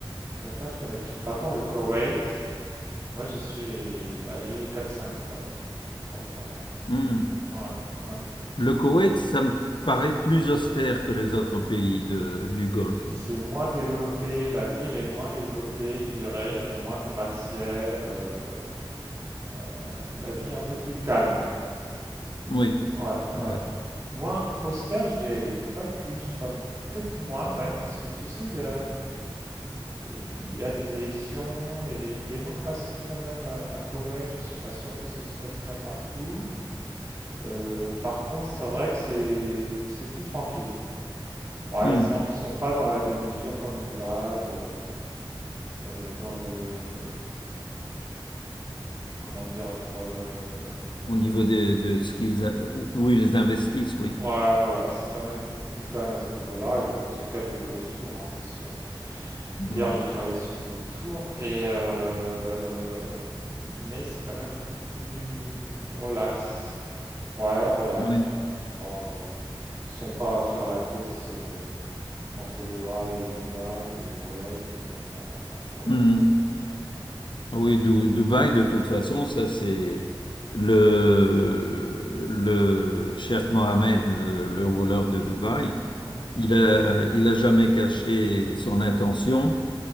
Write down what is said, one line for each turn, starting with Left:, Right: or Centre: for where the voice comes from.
Right: Qatar, je connais pas. Par contre, le Koweït, moi j'y suis allé quatre cinq fois déjà pour le travail.
Left: Hmm.
Right: Ouais, ouais.
Left: Le Koweït, ça me paraît plus austère que les autres pays de- du Golfe.
Right: C'est moins développé, la ville est moins développée, je dirais. Il y a moins de gratte-ciel, euh, euh, la vie est un peu plus calme.
Left: Oui,
Right: Ouais, ouais.
Left: d'accord.
Right: Moins austère, je dirais, pas plus, pas mo- peut-être moins même, parce que tu sais, il y a, il y a des élections, il y a des- une démocratie quand même à, à Koweït. Je suis pas sûr que ce soit le cas partout. Euh, par contre, c'est vrai que c'est c'est plus tranquille. Ouais,
Left: Hmm.
Right: ils sont ils sont pas dans la démesure comme Dubaï. euh, euh, dans le, comment dire, être euh,
Left: Au niveau de, de ce qu'ils, où ils investissent, oui.
Right: le... Ouais, voilà, c'est quand même beaucoup plus calme à ce niveau-là. Ils ont, ils ont quelques grosses tours, hein, c'est sûr.
Left: Mm.
Right: D'ailleurs, j'ai travaillé sur une des tours, et euh, mais c'est quand même beaucoup plus relax. Ouais, relax,
Left: Oui,
Right: quoi. C'est pas... Ils sont pas à faire la course euh, entre Doha et Dubaï et Koweït. Euh, non, non, non. Koweït,
Left: Mm.
Right: c'est quand même plus calme.
Left: Oui, Dou- Dubaï, de toute façon, ça c'est le, le Cheikh Mohamed, le, le ruler de Dubaï,
Right: ouais. Mhm,
Left: il a, il a jamais caché son intention